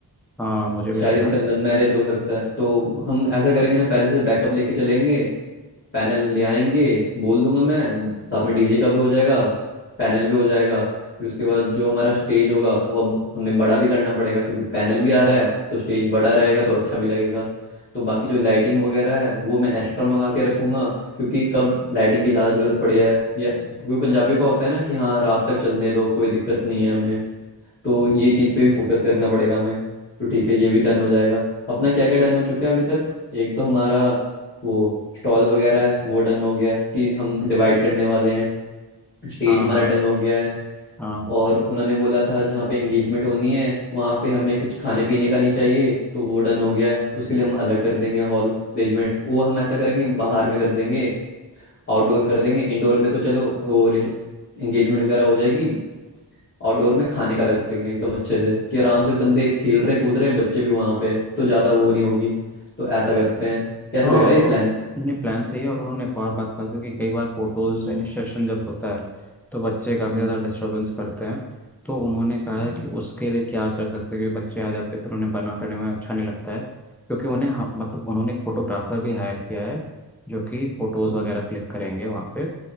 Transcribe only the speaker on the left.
शायद
इनका
लव मैरिज हो सकता है तो हम ऐसा करेंगे ना पहले से बैकअप लेके चलेंगे पैनल ले आएंगे बोल दूंगा मैं साथ में डीजे का भी हो जाएगा पैनल भी हो जाएगा फिर उसके बाद जो हमारा स्टेज होगा वो अब हमें बड़ा भी करना पड़ेगा क्योंकि पैनल भी आ रहा है तो स्टेज बड़ा रहेगा तो अच्छा भी लगेगा तो बाकी जो लाइटिंग वगैरह है वो मैं एक्स्ट्रा मंगा के रखूंगा क्योंकि कब लाइटिंग की ज़्यादा ज़रूरत पड़ी है या क्योंकि पंजाबियों का होता है ना कि हाँ रात तक चलने दो कोई दिक्कत नहीं है हमें तो ये चीज़ पे भी फोकस करना पड़ेगा हमें तो ठीक है ये भी डन हो जाएगा अपना क्या क्या डन हो चुका है अभी तक एक तो हमारा वो स्टॉल वगैरह है वो डन हो गया है कि हम डिवाइड करने वाले हैं स्टेज
हमारा
डन हो गया है
और उन्होंने बोला था जहाँ पे एंगेजमेंट होनी है वहाँ पे हमें कुछ खाने पीने का नहीं चाहिए तो वो डन हो गया है उसके लिए हम अलग कर देंगे हॉल अरेंजमेंट वो हम ऐसा करेंगे बाहर में कर देंगे आउटडोर कर देंगे इंडोर में तो चलो वो एंगेजमेंट वगैरह हो जाएगी आउटडोर में खाने का लग देंगे एकदम अच्छे से कि आराम से बंदे खेल रहे हैं कूद रहे हैं बच्चे भी वहां पे हैं, तो ज्यादा वो नहीं होगी तो ऐसा करते हैं कैसा
लग रहा है ये प्लान
हम्म
हम्म,
हम्म,
हम्म,
हम्म,